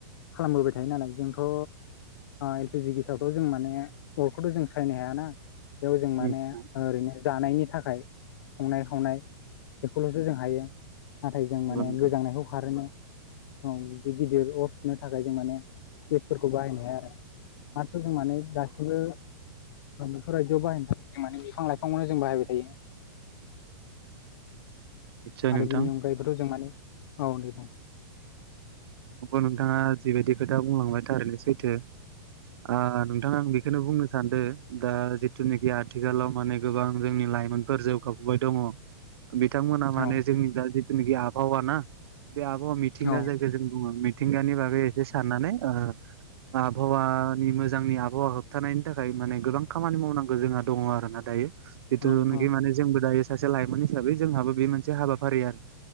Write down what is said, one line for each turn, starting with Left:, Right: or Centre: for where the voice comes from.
Left: खालामबोबाय थायो नालाय जों थ एलपिजि गेसावथ जों माने अरखौथ जों सायनो हायाना बेयाव जों माने
Right: नंगौ
Left: ओरैनो जानायनि थाखाय संनाय खावनाय बेखौलसो जों हायो नाथाय जों माने
Right: नोंथां
Left: गोजांनायखौ खारोनो औ बिदि गिदिर अर सुनो थाखाय जों माने गेसफोरखौ बाहायनो हाया आरो माथ जों माने गासिबो बेफोर बायदियाव बाहायनो थाखाय माने बिफां लाइफांखौनो जों बाहायबाय थायो
Right: निसय
Left: आरो
Right: नोंथां
Left: बिनि अनगायैबोथ जों माने औ दे बुं
Right: अ नोंथाङा जिबायदि खोथा बुंलांबाय थारैनो सैथो ओ नोंथाङ आं बेखौनो बुंनो सान्दों दा जिथुनोखि आथिखालाव माने गोबां जोंनि लाइमोनफोर जौगाबोबाय दङ बिथांमोना माने
Left: औ
Right: जोंनि दा जिथुनोखि आबहावा ना बे आबहावा मिथिंगा
Left: औ
Right: जायखौ जों बुङो मिथिं गानि बागै एसे साननानै ओ
Left: <inaudible>
Right: आबहावानि मोजांनि आबहावा होबथानायनि थाखाय माने गोबां खामानि मावनांगौ जोंहा दङ आरो ना दायो जिथुनोखि
Left: औ औ
Right: माने जोंबो दायो सासे लाइमोन हिसाबै जोंहाबो बे मोनसे हाबाफारि आरो